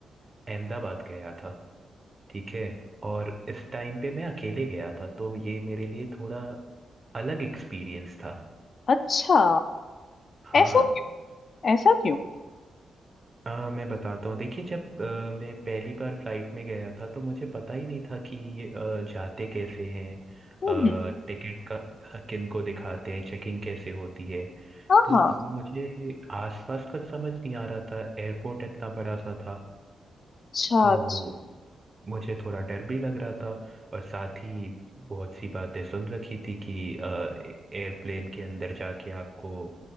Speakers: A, on the right; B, on the left.
A: अहमदाबाद गया था ठीक है और इस टाइम पे मैं अकेले गया था तो ये मेरे लिए थोड़ा अलग एक्सपीरियंस था
B: अच्छा
A: हाँ
B: ऐसा क्यों ऐसा क्यों
A: अ, मैं बताता हूँ देखिए जब अ, मैं पहली बार फ्लाइट में गया था तो मुझे पता ही नहीं था कि अ, जाते कैसे हैं
B: हम्म
A: टिकट का किन को दिखाते हैं चेकिंग कैसे होती है
B: हाँ
A: तो
B: हाँ
A: मुझे आसपास कुछ समझ नहीं आ रहा था एयरपोर्ट इतना बड़ा सा था
B: अच्छा
A: तो
B: अच्छा
A: मुझे थोड़ा डर भी लग रहा था और साथ ही बहुत सी बातें सुन रखी थी कि एयरप्लेन के अंदर जाके आपको अ,